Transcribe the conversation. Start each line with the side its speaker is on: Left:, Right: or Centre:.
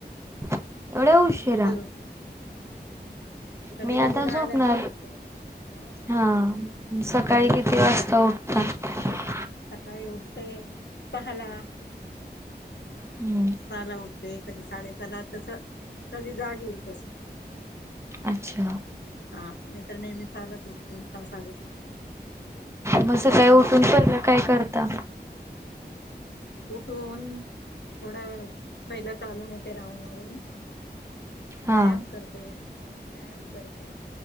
Right: एवढ उशीिरा
Left: तुम्ही कितीला झोप हा कधी
Right: मी
Left: कधी
Right: आता
Left: दहाला
Right: झोपणार
Left: पण झोपते हो का
Right: हा सकाळी
Left: कधी कधी
Right: किती वाजता उटता तर <unintelligible>
Left: सकाळी उठते सहाला
Right: हम्म
Left: सहाला उठते ते कधी साडेसला तस कधी जागे हे कस
Right: अच्छा
Left: हा नाही तर नेहमी खयला च सुटते सहा साड्याचं
Right: मझ काय उठून पण काय करता
Left: उठून थोडा वेळ पहिला चालून येते राउडहून मारून
Right: हा
Left: व्यायाम करते व्यायाम करते